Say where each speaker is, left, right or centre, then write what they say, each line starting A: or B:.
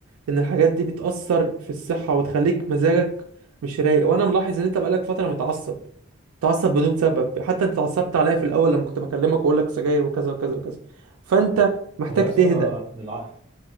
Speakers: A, on the right; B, on the right.
A: إن الحاجات دي بتأثر في الصحة وتخليك مزاجك مش رايق وأنا ملاحظ إن أنت بقالك فترة متعصب متعصب بدون سبب حتى أنت اتعصبت عليا في الأول لما كنت بكلمك وأقول لك سجاير وكذا وكذا وكذا فأنت محتاج
B: هو يا
A: تهدى
B: اسطى الع...